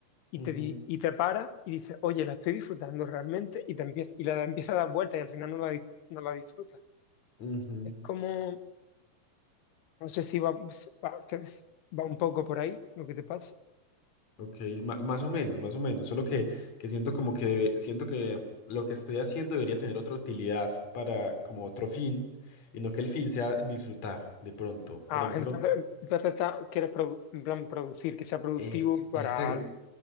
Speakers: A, on the left; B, on the left.
A: y
B: ujú,
A: te, di- y te paras y dices, oye, la estoy disfrutando realmente y te empieza, y la empieza a dar vueltas y al final no la, di- no la disfrutas.
B: ujú.
A: Es como, no sé si va, va, va un poco por ahí lo que te pasa.
B: Ok, ma- más o menos, más o menos, solo que, que siento como que debe- siento que lo que estoy haciendo debería tener otra utilidad para como otro fin y no que el fin sea disfrutar de pronto.
A: Ah,
B: Por ejemplo,
A: entonces, entonces está- quieres produ- en plan producir, que sea productivo
B: eh,
A: para
B: esa-
A: algo,